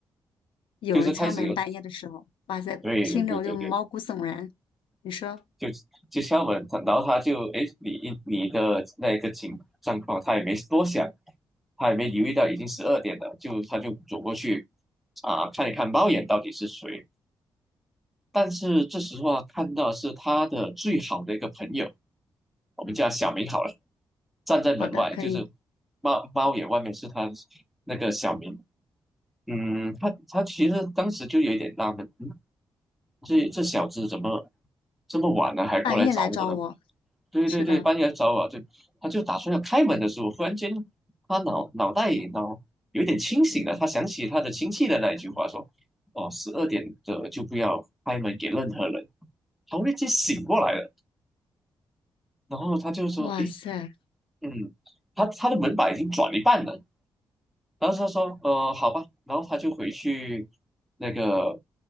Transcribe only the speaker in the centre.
就是开始有，
对对对对对
就就敲门，他然后他就哎诶你你的那个情状况，他也没多想，他也没留意到已经十二点了，就他就走过去啊、看一看猫眼到底是谁。但是这时候啊，看到是他的最好的一个朋友，我们叫小明好了，站在门外，
就是猫猫眼外面是他那个小明。嗯，他他其实当时就有点纳闷，嗯这这小子怎么这么晚了还过来找我呢？
对对对，
半夜来找我，对，他就打算要开门的时候，忽然间，他脑脑袋脑有点清醒了，他想起他的亲戚的那一句话，说：“哦，十二点的就不要开门给任何人。”他忽然间醒过来了，然后他就说：
“诶，嗯，他他的门把已经转一半了。”然后他说，呃，好吧，然后他就回去那个